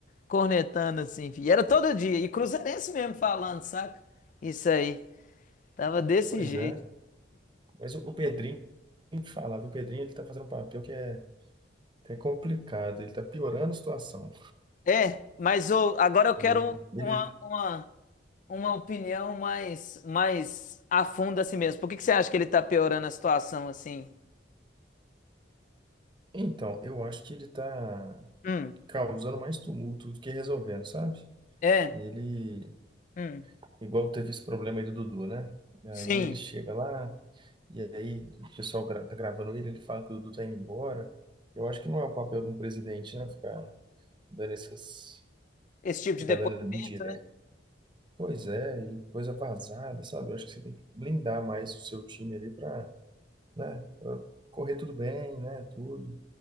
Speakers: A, on the left; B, on the right.
A: cornetando assim, fi. E Era todo dia. E cruzeirense mesmo falando, saca? Isso aí. Tava desse
B: Pois
A: jeito.
B: é. Mas o, o Pedrinho, tem que falar, viu? O Pedrinho ele tá fazendo um papel que é, que é complicado, ele tá piorando a situação.
A: É, mas o, agora eu quero
B: E ele,
A: uma, uma, uma opinião mais, mais a fundo assim mesmo. Por que que você acha que ele tá piorando a situação assim?
B: então, eu acho que ele tá
A: Hum,
B: causando mais tumulto do que resolvendo, sabe?
A: é,
B: Ele,
A: hum.
B: igual teve esse problema aí do Dudu, né? Aí
A: Sim.
B: ele chega lá, E aí, o pessoal gra tá gravando ele, ele fala que o Dudu tá indo embora. Eu acho que não é o papel de um presidente, né? Ficar dando essas.
A: esse tipo
B: Ficar
A: de depoimento,
B: dando indireta.
A: né?
B: Pois é, e coisa vazada, sabe? Eu acho que você tem que blindar mais o seu time ali pra, né? Pra correr tudo bem, né? Tudo.